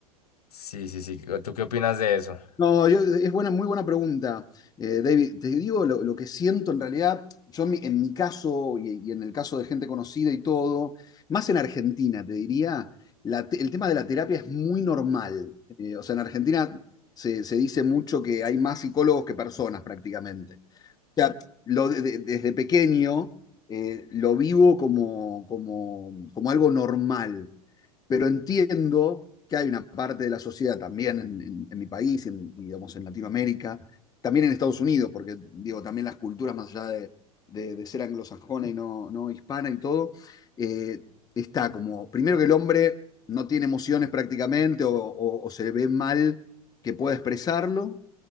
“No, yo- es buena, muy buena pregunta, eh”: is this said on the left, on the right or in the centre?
Left